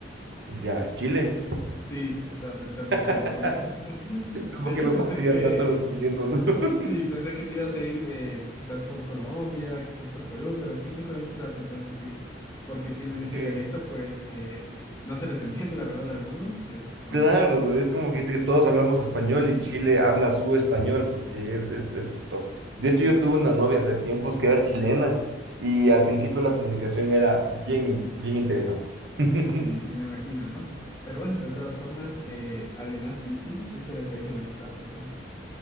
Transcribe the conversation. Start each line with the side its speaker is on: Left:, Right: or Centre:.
Right: Ya, Chile.
Left: Sí, estaba pensando en
Right: <laughs>
Left: Chile, muy bien. <laughs>
Right: ¿Por
Left: De hecho,
Right: qué los
Left: pensé
Right: fastidian
Left: que
Right: tanto a los chilenos? <laughs>
Left: Sí, pensé que te ibas a ir eh, quizás por Colombia, quizás por Perú, pero sí, justamente estaba pensando en Chile, porque tienen ese
Right: Qué,
Left: dialecto, pues que no se les <laughs> entiende, la verdad, a algunos. Esto,
Right: Claro, es como que dice que todos hablamos español y Chile habla su español porque es, es, es chistoso. De hecho, yo tuve una novia hace tiempos que era chilena y al principio la comunicación era bien, bien interesante. <laughs>
Left: <laughs> sí, sí, me imagino, ¿no? Pero bueno, de todas formas, eh, adivinaste, sí, ese era el país en el que estaba pensando.